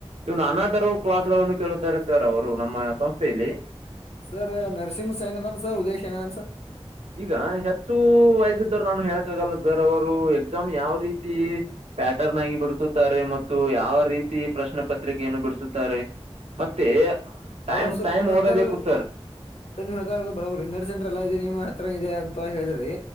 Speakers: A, on the right (about 80°); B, on the left (about 75°).
A: even another class ಗಳನ್ನು ಕೇಳುತ್ತಿದ್ದಾರೆ ಸರ್ ಅವರು ನಮ್ಮ ಸಂಸ್ಥೆಯಲ್ಲಿ
B: ಸರ್ ನರಸಿಂಹ ಶಾನೆ ಅದನ್ ಸರ್ ಉದೇಶ್ ಹೆಂಗನ್ ಸರ್
A: ಈಗ ಹೆಚ್ಚು ವಯ್ಸಿದ್ದವ್ರು ನಾನು ಹೇಳಕ್ಕಾಗಲ್ಲ ಸರ್ ಅವರು ಎಕ್ಸಾಮ್ ಯಾವ ರೀತಿ ಪ್ಯಾಟರ್ನ್ ಆಗಿ ಬಿಡಸುತ್ತಾರೆ ಮತ್ತು ಯಾವ ರೀತಿ ಪ್ರಶ್ನ ಪತ್ರಿಕೆಯನ್ನು ಬಿಡಿಸುತ್ತಾರೆ ಮತ್ತೆ
B: ಹೌದೌ
A: ಟೈಮ್
B: ಸರ್
A: ಟೈಮ್
B: ನೀವ್ತ್ತಾರ
A: ಓದಬೇಕು ಸರ್
B: ಸರ್ ನೀವ್ ಹತ್ತ ಬರರು ಇೆರಡು ಸೆಂ ಎಲ್ಲ ಇದೆ ಹತ್ರ ಇದೆ ಅಂತ ಹೇಳಿದ್ರಿ